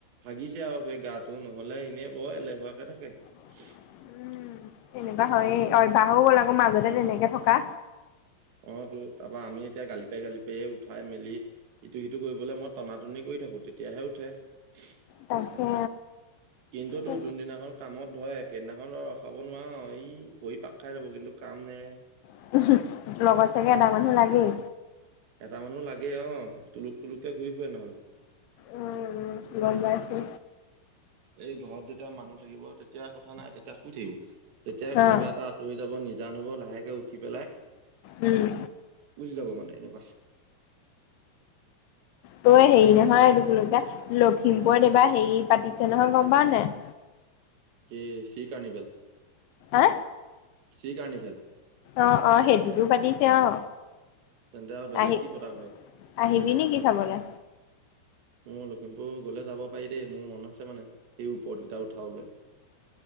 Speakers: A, on the right; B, on the left.
A: ভাগিছে আৰু সেই গাটো নহলে এনেই বৰ এলেহুৱাকে থাকে।
B: <inaudible>
A: <inaudible>
B: এনেকুৱা হইয়ে অভ্যাস হৈ গ'ল আকৌ মাজতে তেনেকে থকা।
A: অ, তো তাৰ পা আমি এতিয়া গালি পাই -গালি পাইয়ে উঠাই মেলি ইটো-সিটো কৰিবলৈ মই টনা-টনি কৰি <unintelligible> থাকো তেতিয়াহে উঠে। <unintelligible>
B: তাকে
A: কিন্তু তোৰ
B: অ
A: যোনদিনাখন কামত ধয়ে সেইদিনাখন ৰ-ৰখাব নোৱাৰ ই ভৰি পাক খাই যাব কিন্তু কাম নে
B: <unintelligible> লগত চাগে এটা মানুহ লাগেই।
A: এটা মানুহ লাগে অ' তুলুক তুলুককে ঘূৰি ফুৰে নহলে।
B: উম উম গম পাইছো
A: এই ঘৰত যেতিয়া মানুহ থাকিব তেতিয়া তেতিয়া কথা নাই তেতিয়া শুই থাকিব, যেতিয়া কোনোবা
B: অ
A: এটা আঁতৰি যাব নিজান হব লাহেকে উঠি পেলাই
B: উম
A: গুছি যাব মানে এনেকুৱা।
B: ত এই হেৰি নহয় এইটো কি বুলি কয় লখিমপুৰত এইবাৰ হেৰি পাতিছে নহয় গম পাও নে নাই?
A: কি চি কাৰ্ণিভেল
B: আ
A: চি কাৰ্ণিভেল।
B: অ', অ', সেইটোতো পাতিছে অ'।
A: তেন্তে আৰু বেলেগ
B: আহি
A: কি পতা কথা
B: আহিবি নেকি চাবলে?
A: <unintelligible> <unintelligible> গ'লে যাব পাৰি দেই, মোৰ মন আছে মানে সেই ওপৰতকিটা উঠাবলে